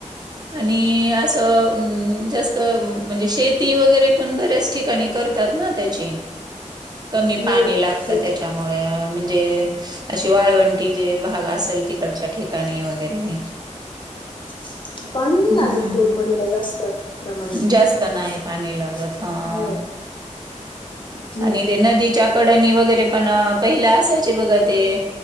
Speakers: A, on the right; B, on the left.
A: आणि असं, जास्त म्हणजे शेती वगैरे पण बऱ्याच ठिकाणी करतात ना, त्याची. कमी
B: हो
A: पाणी लागत.
B: शेतीत
A: त्याच्यामुळे, म्हणजे अशी वाळवं ती जे भाग असेल, तिकडच्या ठिकाणी वगैरे.
B: <inaudible> पाणी नाही
A: हं,
B: लागत कोरपडीला जास्त प्रमाणात.
A: जास्त नाही पाणी लागत. हां
B: हो. ती
A: आणि ते नदीच्या कडणी वगैरे पण. पहिला असायचे बघा ते